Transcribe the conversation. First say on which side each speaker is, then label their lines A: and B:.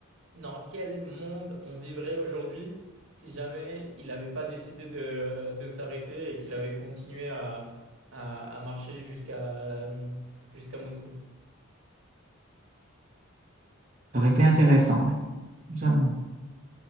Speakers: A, on the right; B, on the right.
A: dans quel monde on vivrait aujourd'hui si jamais il n'avait pas décidé de, de s'arrêter et qu'il avait continué à, à, à marcher jusqu'à jusqu'à Moscou.
B: Ça aurait été intéressant, ouais. Ça,